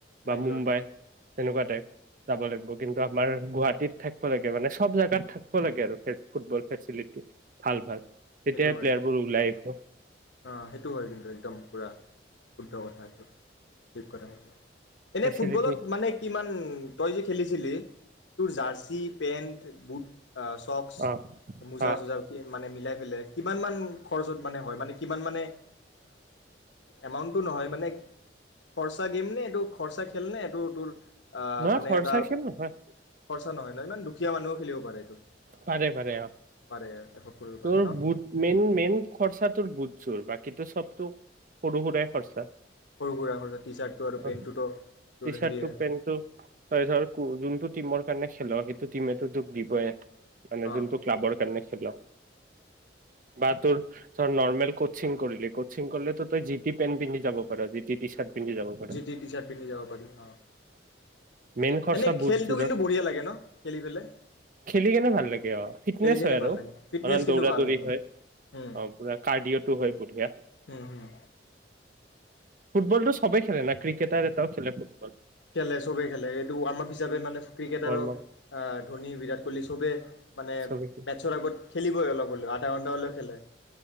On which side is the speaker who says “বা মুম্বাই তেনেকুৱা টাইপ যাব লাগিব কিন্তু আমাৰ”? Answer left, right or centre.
Right